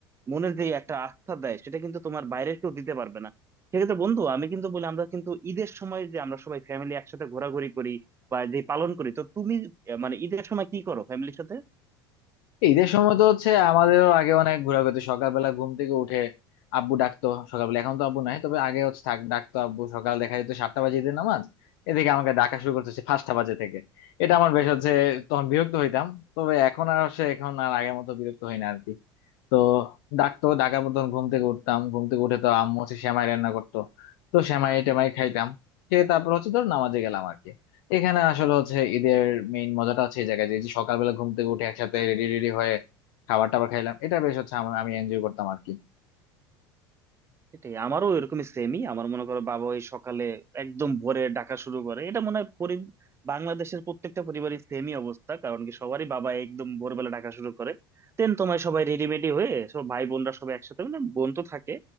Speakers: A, on the right (about 20°); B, on the left (about 55°).
A: মনের যে একটা আস্থা দেয় সেটা কিন্তু তোমার বাইরের কেউ দিতে পারবে না সেক্ষেত্রে বন্ধু আমি কিন্তু বলি আমরা কিন্তু ঈদের সময় যে আমরা সবাই ফ্যামিলি একসাথে ঘোরাঘুরি করি বা যে পালন করি তো তুমি আহ, মানে ঈদের সময় কি করো ফ্যামিলির সাথে
B: ঈদের সময় তো হচ্ছে আমাদেরও আগে অনেক ঘোরাঘুরি হতো। সকালবেলা ঘুম থেকে উঠে আব্বু ডাকতো সকালবেলা এখন তো আব্বু নাই তবে আগে হচ্ছে থাক ডাকতো আব্বু সকাল দেখা যেত সাতটা বাজে ঈদের নামাজ এদিকে আমাকে ডাকা শুরু করতেছে পাঁচটা বাজে থেকে এটা আমার বেশ হচ্ছে তখন বিরক্ত হইতাম তবে এখন আর সে এখন আর আগের মতো বিরক্ত হই না আর কি তো ডাকতো ডাকার পর তখন ঘুম থেকে উঠতাম ঘুম থেকে উঠে তো আম্মু হচ্ছে সেমাই রান্না করতো তো সেমাই টেমাই খাইতাম খেয়ে তারপর হচ্ছে ধর নামাজে গেলাম আর কি এখানে আসলে হচ্ছে ঈদের মেইন মজাটা হচ্ছে এই জায়গায় যে এই যে সকালবেলা ঘুম থেকে উঠে একসাথে রেডি রেডি হয়ে খাবার টাবার খাইলাম এটা বেশ হচ্ছে আম- আমি এনজয় করতাম আর কি
A: এটাই আমারও এরকম সেমই আমার মনে করো বাবা ওই সকালে একদম ভোরে ডাকা শুরু করে এটা মনে হয় পরি- বাংলাদেশের প্রত্যেকটা পরিবারের সেমই অবস্থা কারণ কি সবারই বাবা একদম ভোরবেলা ডাকা শুরু করে দেন তোমার সবাই রেডিমেডি হয়ে সব ভাই বোনরা সবাই একসাথে মানে বোন তো থাকে